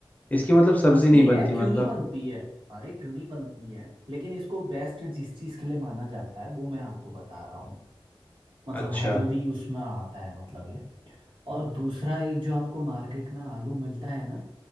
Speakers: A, on the left; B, on the right.
A: इसकी मतलब सब्जी
B: बनती
A: नहीं बनती
B: है
A: मतलब
B: क्यों नहीं बनती है अरे क्यों नहीं बनती है लेकिन इसको बेस्ट जिस चीज़ के लिए माना जाता है वो मैं आपको बता रहा हूँ मतलब
A: अच्छा
B: हेल्दी उसमें आता है मतलब ये और दूसरा एक जो आपको मार्केट में आलू मिलता है ना